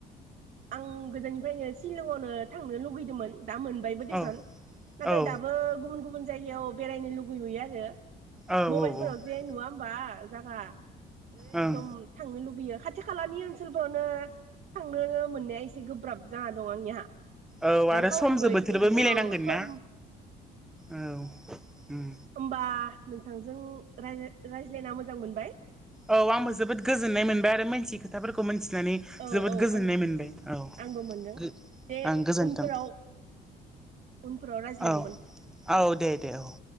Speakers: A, on the right; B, in the centre.
A: आं गोजाननिफ्रायनो सिलंआवनो थांनो लुगैदोंमोन? दा मोनबायबो दिसन।
B: औ
A: नाथाय
B: औ
A: दाबो गुबुन गुबुन जायगायाव बेरायनो लुुबैयोयो आरो
B: औ
A: मबाइलफोराव
B: ओं
A: जे नुवा होमबा जायागा एकदम
B: ओं
A: थांनो लुबैयो खाथि खालानि ओनसोलफोरावनो थांनोनो मोननाया एसे गोब्राब जाना दं आंनिहा
B: औ
A: रांखावरिबो
B: आरो समजों
A: एसे
B: बोथोरबो मिलायनांगोन
A: औ सम
B: ना औ उम
A: होनबा नोंथांजों रायज्लायना मोजां मोनबाय।
B: औ आंबो जोबोद गोजोननाय मोनबाय आरो मोनथि खोथाफोरखौ मोनथि मिथिनानै
A: औ
B: जोबोद
A: औ
B: गोजोननाय
A: आं
B: मोनबाय औ
A: आंबो मोनदों दे
B: आं गोजोन्थों।
A: उनफोराव उनफोराव रायज्लायबावगोन
B: औ
A: नोंथां
B: औ दे दे औ ‌।